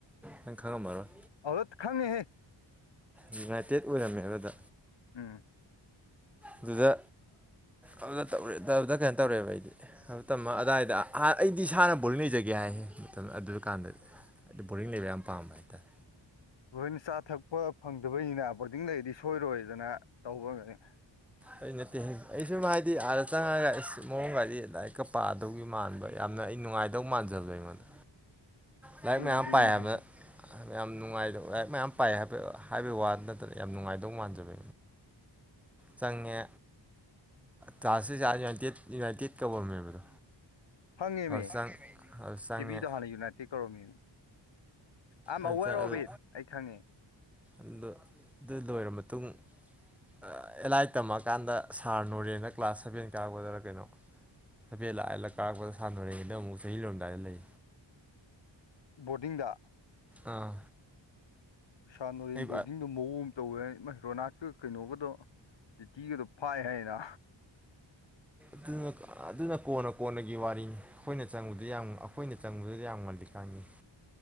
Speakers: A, in the centre; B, on the left.
A: ꯅꯪ ꯈꯪꯉꯝꯃꯔꯣꯏ
B: ꯑꯗ ꯈꯪꯉꯍꯦ
A: ꯌꯨꯅꯥꯏꯇꯦꯠ ꯑꯣꯏꯔꯝꯃꯦꯕꯗ
B: ꯎꯝ
A: ꯑꯗꯨꯗ ꯑꯗꯨ ꯇꯧꯔꯗ ꯀꯩꯅꯣ ꯇꯧꯔꯛꯦꯕ ꯑꯩꯗꯤ ꯊ ꯇꯝꯃ ꯑꯋꯥꯏꯗ ꯑꯩꯗꯤ ꯏꯁꯥꯅ ꯕꯣꯂꯤꯡ ꯂꯩꯖꯒꯦ ꯍꯥꯏ ꯃꯇꯝ ꯑꯗꯨ ꯀꯥꯟꯗꯗꯤ ꯍꯥꯏꯗꯤ ꯕꯔꯤꯡ ꯂꯩꯕ ꯌꯥꯝ ꯄꯥꯝꯕ ꯍꯥꯏꯇꯥꯔꯦ
B: ꯂꯣꯏꯅ ꯆꯥ ꯊꯛꯄ ꯐꯪꯗꯕꯅꯤꯅ ꯣꯔꯗꯤꯡ ꯂꯩꯗꯤ ꯁꯣꯏꯔꯣꯏꯗꯅ ꯇꯧꯕ ꯉꯅꯤ
A: ꯑꯩ ꯅꯠꯇ ꯑꯩ ꯑꯁꯨꯝ ꯍꯥꯏꯗꯤ ꯑꯥꯗ ꯆꯪꯉꯒ ꯑꯩꯁ ꯃꯑꯣꯡ ꯒꯥꯔꯤ ꯂꯗꯥꯔꯤꯛꯀ ꯄꯥꯗꯧꯒꯤ ꯃꯥꯟꯕ ꯌꯥꯝꯅ ꯑꯩ ꯉꯥꯏꯇꯦ ꯑꯗꯨꯗꯧ ꯃꯥꯟꯖꯕꯗ ꯑꯩꯉꯣꯟꯗ ꯂꯥꯏꯔꯤꯛ
B: ꯍꯣꯏ
A: ꯃꯌꯥꯝ
B: ꯑꯗꯨꯅꯤ
A: ꯄꯥꯏꯕ
B: ꯍꯥꯏꯁꯦ
A: ꯌꯥꯝ ꯅꯨꯡꯉꯥꯏꯕ ꯂꯥꯏ ꯃꯌꯥꯝ ꯄꯥꯏ ꯍꯥꯏꯕ ꯍꯥꯏꯕꯒꯤ ꯋꯥ ꯅꯠꯇꯅ ꯌꯥꯝ ꯅꯨꯡꯉꯥꯏꯗꯧ ꯃꯥꯟꯖꯕ ꯆꯪꯉꯦ ꯇꯥꯁꯤ ꯌꯨꯅꯥꯏꯇꯦꯠ ꯌꯨꯅꯥꯏꯇꯦꯠ ꯀꯧꯔꯝꯃꯦꯕꯗꯣ
B: ꯍꯪꯉꯦꯃꯦ
A: ꯑꯗꯨ ꯆꯪ ꯑꯗꯨ ꯆꯪꯉꯦ
B: ꯀꯦꯕꯤꯗ ꯍꯥꯟꯅ ꯌꯨꯅꯥꯏꯇꯦꯠ ꯀꯧꯔꯝꯃꯦ ꯑ
A: ꯑꯗꯨ
B: ꯑꯋꯦꯔ
A: ꯆꯪ
B: ꯑꯣꯐ
A: ꯑꯗꯨ
B: ꯏꯠ ꯑꯩ ꯈꯪꯉꯦ
A: ꯑꯗꯨ ꯑꯗꯨ ꯂꯣꯏꯔꯕ ꯃꯇꯨꯡ ꯑꯦꯂꯥꯏꯠ ꯇꯝꯃꯛꯀꯥꯟꯗ ꯁꯥꯔ ꯅꯣꯔꯦꯅ ꯀ꯭ꯂꯥꯁ ꯁꯚꯦꯟ ꯀꯥꯛꯗꯔ ꯀꯩꯅꯣ ꯊꯐꯦꯜꯠ ꯂꯥꯛꯑꯜꯂ ꯀꯥꯔꯛꯄꯗ ꯁꯥꯟꯅꯔꯤꯉꯩꯗ ꯑꯃꯨꯛ ꯆꯍꯤ ꯂꯣꯝꯗꯥꯏꯗ ꯂꯩ
B: ꯕꯣꯔꯗꯤꯡꯗ
A: ꯑꯥ
B: ꯏꯁꯥ ꯅꯣꯔꯦꯟ
A: ꯑꯩ
B: ꯕꯣꯔꯗꯤꯡꯗꯣ ꯃꯑꯣꯡ ꯑꯃ ꯇꯧꯋꯦ ꯃꯍꯩꯔꯣꯅꯥꯠꯀ ꯀꯩꯅꯣꯒꯗꯣ ꯔꯤꯇꯤꯒꯗꯣ ꯐꯩ ꯍꯥꯏꯗ
A: ꯑꯗꯨꯅ ꯑꯗꯨꯅ ꯀꯣꯟꯅ ꯀꯣꯟꯅꯒꯤ ꯋꯥꯔꯤꯅꯤ ꯑꯩꯈꯣꯏꯅ ꯆꯪꯕꯗ ꯌꯥꯝ ꯑꯩꯈꯣꯏꯅ ꯆꯪꯕꯗꯨꯗ ꯌꯥꯝ ꯃꯜꯂꯤꯀꯥꯉꯤ <inaudible>